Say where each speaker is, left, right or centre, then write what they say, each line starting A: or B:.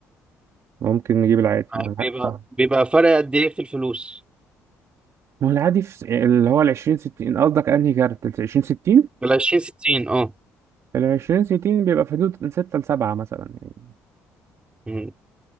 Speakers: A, on the right; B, on the right.
A: ممكن نجيب العادي
B: آه،
A: ما هو العادي
B: بيبقى
A: آه.
B: بيبقى فرق قد ايه في الفلوس
A: ما هو العادي في س- اللي هو ال 20 60 قصدك انهي كارت ال 20 60
B: بال 20 60 اه
A: ال 20 60 بيبقى في حدود من 6 ل 7 مثلا يعني
B: مم.